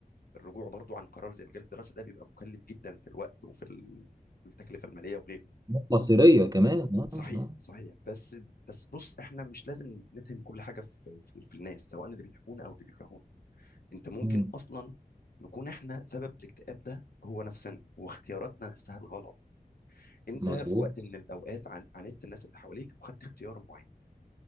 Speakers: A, on the left; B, on the right.
A: الرجوع برضو عن قرار زي مجال الدراسه ده بيبقى مكلف جدا في الوقت وفي ال- التكلفه الماليه وغيره
B: مصيرية كمان اه
A: صحيح
B: اه
A: صحيح بس بس بص احنا مش لازم نتهم كل حاجه في في, في الناس سواء اللي بيحبونا او اللي بيكرهونا انت ممكن
B: مم.
A: اصلا نكون احنا سبب الاكتئاب ده هو نفسنا واختياراتنا نفسها الغلط انت
B: مظبوط
A: في وقت من الاوقات عن... عاندت الناس اللي حواليك وخدت اختيار معين